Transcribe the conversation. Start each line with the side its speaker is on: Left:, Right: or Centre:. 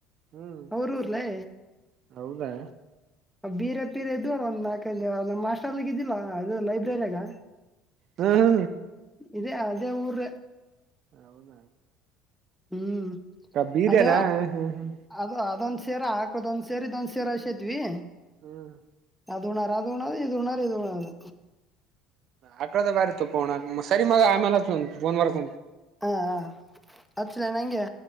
Right: ಹ್ಮ್
Centre: ಅವರೂರ್ಲೇ
Right: ಹೌದಾ
Centre: ಬೀರೆ ಪೀರೆ ಇದು ಒಂದು ನಾಲ್ಕೈನ ಮಾಸ್ಟರ್ಲಿಿಗೆ ಇದಿಲ್ಲ ಅದು ಲೈಬ್ರರಿಯಾಗ
Right: ಹಾ ಹಾ
Centre: ಇದೇ ಅದೇ ಊರ
Right: ಹೌದ
Centre: ಹ್ಮ್
Right: ಕ ಬೀದೆನಾ
Centre: ಅದ
Right: ಹ್ಮ ಹ
Centre: ಅದು ಅದೊಂದ ಸರೆ ಹಾಕದೊಂದ್ ಸೇರೆ ಇದೊಂದ್ ಸೇರೆ ಅಷ್ಟೇತ್ವಿ
Right: ಹ್ಮ್
Centre: ಅದು್ಣಾರೆ ಅದು ಉಣದು ಇದು ಉ್ಣಾರೆ ಇದು ಉಣ್ಣದು
Right: ಆಕಳದ ಬರೆ ತ ಪೋಣ ಸರಿ ಮ ಆಮಲೆ ೋನ್ ವರಕ
Centre: ಹಾಂ ಹಾಂ ಅಚ್ಚಿಲ್ಲ ನಂಗೆ